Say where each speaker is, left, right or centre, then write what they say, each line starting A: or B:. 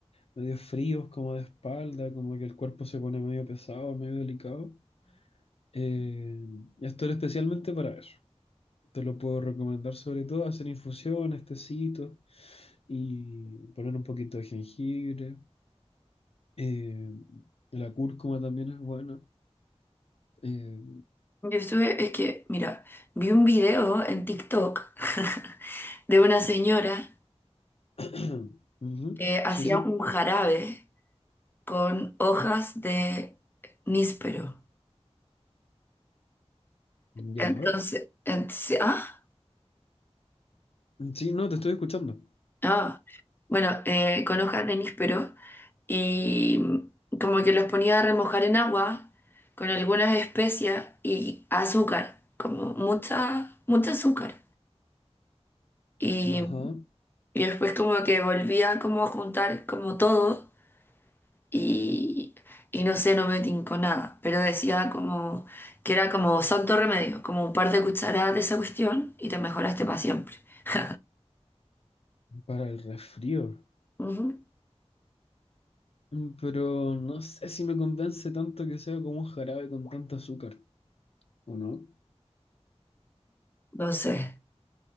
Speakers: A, on the left; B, on the left.
A: medio fríos, como de espalda, como que el cuerpo se pone medio pesado, medio delicado. Eh, esto era especialmente para eso. Te lo puedo recomendar sobre todo hacer infusiones, tecitos y poner un poquito de jengibre. Eh, la cúrcuma también es buena. Eh,
B: Yo estuve, es que, mira, vi un video en TikTok <laughs> de una señora
A: <clears throat> ujú,
B: que hacía
A: Sí, sí.
B: un jarabe. con hojas de níspero.
A: Ya.
B: Entonces, entonces- ah,
A: Sí, no, te estoy escuchando.
B: ah, bueno, eh, con hojas de níspero y como que los ponía a remojar en agua con algunas especias y azúcar, como mucha, mucha azúcar. Y,
A: Ajá,
B: y después como que volvía como a juntar como todo y, y no sé, no me tincó nada, pero decía como que era como santo remedio, como un par de cucharadas de esa cuestión y te mejoraste para siempre. <laughs>
A: para el resfrío.
B: Ujú.
A: Mm, Pero no sé si me convence tanto que sea como un jarabe con tanto azúcar, ¿o no?
B: No sé.